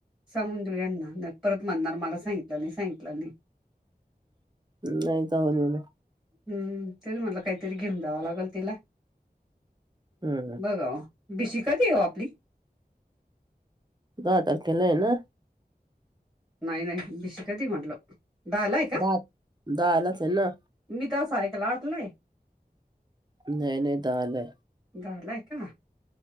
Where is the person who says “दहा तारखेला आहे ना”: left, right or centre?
Right